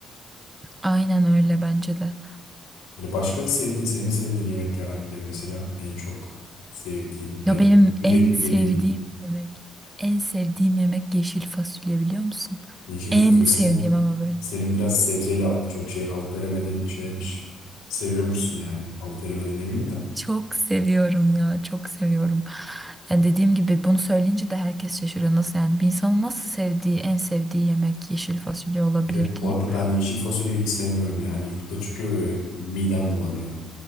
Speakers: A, on the right; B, on the left.
A: Aynen öyle bence de.
B: Böyle başka sevdiğin, senin sevdiğin yemekler hangileri mesela en çok sevdiğin
A: Ya
B: ya
A: benim
B: da sürekli
A: en sevdiğim
B: yediğin
A: yemek, en sevdiğim yemek yeşil fasulye biliyor musun?
B: yeşil
A: En
B: fasulye
A: sevdiğim
B: senin
A: ama böyle.
B: senin biraz sebzeyle çok şey alıp veremediğin şeymiş. Seviyormuşsun yani. Alıp veremediğin demeyeyim de.
A: Çok seviyorum ya, çok seviyorum. Yani dediğim gibi bunu söyleyince de herkes şaşırıyor. Nasıl yani bir insanın nasıl sevdiği, en sevdiği yemek yeşil fasulye olabilir
B: Evet,
A: diye.
B: bu arada ben yeşil fasulyeyi hiç sevmiyorum yani yurtta çıkıyor ve midem bulanıyor.